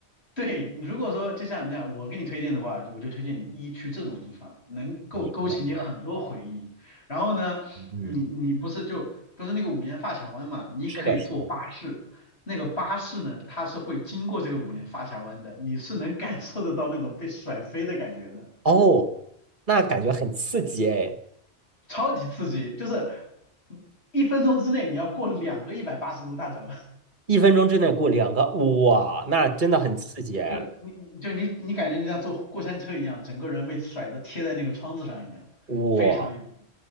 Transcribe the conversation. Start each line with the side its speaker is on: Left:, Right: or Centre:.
Left: 对你如果说就像你讲，我给你推荐的话，我就推荐你一去这种地方，能够勾起你很多回忆。
Right: 明白。
Left: 然后呢，
Right: 嗯，
Left: 你你不是就不是那个五连发卡湾嘛？你可以坐巴士，
Right: 是的，是的。
Left: 那个巴士呢，它是会经过这个五连发卡湾的，你是能感受得到那种被甩飞的感觉的，
Right: 哦，那感觉很刺激哎！
Left: 超级刺激，就是一分钟之内你要过两个一百八十度大转弯。
Right: 一分钟之内过两个，哇，那真的很刺激哎！
Left: 就就你你就你你感觉你像坐过山车一样，整个人被甩的贴在那个窗子上一样，
Right: 哇，
Left: 非常有。